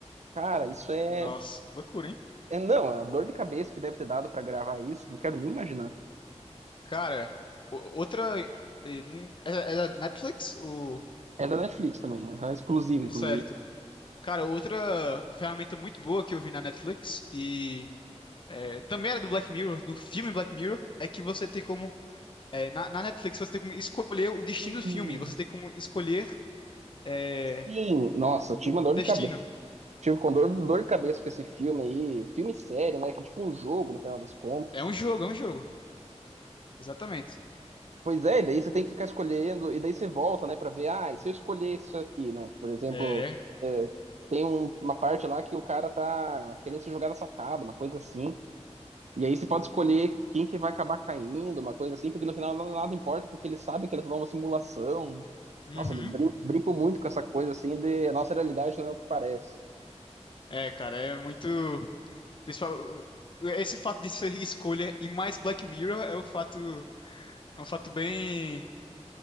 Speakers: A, on the right; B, on the left.
A: Cara, isso é.
B: nossa, loucura, hein?
A: é é, não, a dor de cabeça que deve ter dado pra gravar isso, não quero nem imaginar.
B: Cara, o- outra. eh, n- É é da Netflix? O...
A: É da Netflix também, é exclusiva, inclusive.
B: Certo. Cara, outra ferramenta muito boa que eu vi na Netflix e eh, também era do Black Mirror, do filme Black Mirror, é que você tem como. eh, na, na Netflix você tem como escolher o destino
A: Hum.
B: do filme, você tem como escolher eh,
A: Sim, nossa,
B: o,
A: eu tive
B: o
A: uma dor
B: o destino.
A: de cabeça. Tive com dor, dor de cabeça com esse filme aí, filme sério, né? Que é tipo um jogo, no final das contas.
B: É um jogo, é um jogo. Exatamente.
A: Pois é, e daí você tem que ficar escolhendo, e daí você volta, né, pra ver, ah, e se eu escolher isso aqui, né? Por exemplo,
B: É.
A: é, tem um- uma parte lá que o cara tá querendo se jogar na sacada, uma coisa assim. E aí você pode escolher quem que vai acabar caindo, uma coisa assim, porque no final nada, nada importa, porque eles sabem que eles dão uma simulação.
B: Uhum.
A: Nossa, eles brin- brincam muito com essa coisa assim de a nossa realidade não é o que parece.
B: É, cara, é muito. Principal, esse fato de ser escolha e mais Black Mirror é um fato, é um fato bem,